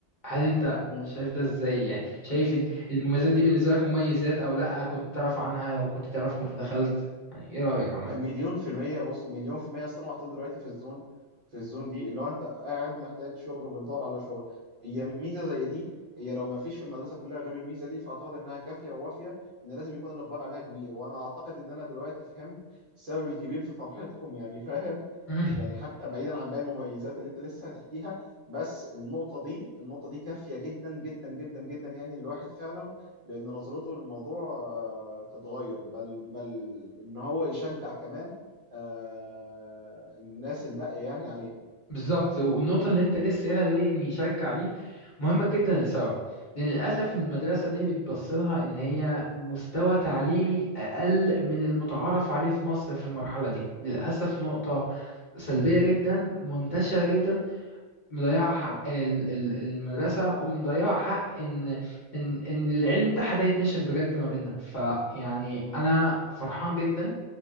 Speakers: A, on the left; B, on the right.
A: هل انت
B: مم.
A: شايف ده ازاي يعني شايف ال- المميزات دي بالنسبة لك مميزات او لا كنت تعرف عنها لو كنت تعرف كنت دخلت يعني ايه رأيك عامة
B: مليون في المية بص مليون في المية أصل أنا محطوط دلوقتي في الزون في الزون دي اللي هو أنت قاعد محتاج شغل وبتدور على شغل هي ميزة زي دي هي لو ما فيش في المدرسة كلها غير الميزة دي فأعتقد إنها كافية ووافية إن لازم يكون الإقبال عليها كبير وأنا أعتقد إن أنا دلوقتي فهمت السبب الكبير في فرحتكم يعني فاهم
A: <laughs>
B: يعني حتى بعيدا عن باقي المميزات اللي أنت لسه هتحكيها بس النقطة دي النقطة دي كافية جدا جدا جدا جدا يعني الواحد فعلا لان نظرته للموضوع آه، تتغير بل بل ان هو يشجع كمان آه، الناس الباقيه يعني عليها
A: بالظبط والنقطة اللي أنت لسه قايلها دي إن يشجع دي مهمة جدا لسبب لأن للأسف المدرسة
B: مم.
A: دي بتبص لها إن هي مستوى تعليمي أقل من المتعارف عليه في مصر في المرحلة دي للأسف نقطة سلبية
B: مم.
A: جدا منتشرة جدا مضيعة حق
B: مم.
A: ال- ال- المدرسة ومضيعة حق إن إن إن العلم بتاعها ده يتنشر بجد ما بيننا فيعني
B: مم.
A: أنا فرحان جدا